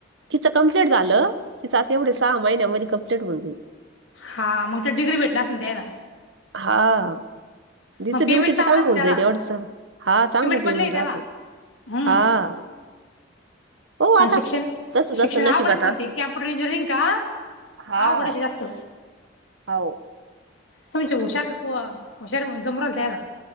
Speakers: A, on the right; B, on the left.
A: तिचं कंप्लीट झालं,, तिचं आता एवढे सहा महिन्यामध्ये कंप्लीट हून जाईल.
B: हा म त्या डिग्री भेटला असल त्यायला
A: हा. तिचं
B: मग पेमेंट
A: ड्युटीचं
B: चांगलाच
A: काम हुन
B: त्याला
A: जाईल एवढसं,, हां चांगलं पेमेंट
B: पण लय त्याला
A: रातं.
B: हम्म
A: हां. हो
B: हा
A: आता
B: शिक्षण,
A: जसं-जसं
B: शिक्षण
A: नशिबात
B: आवगडच
A: असतं.
B: बणते, कॅमप्यूटर इंजिरिंअग का
A: हां,
B: आवगडचे जास्त
A: हो.
B: तुमची हुशारी पुआ, हुशारी म्हणून जमु रायलं त्याला.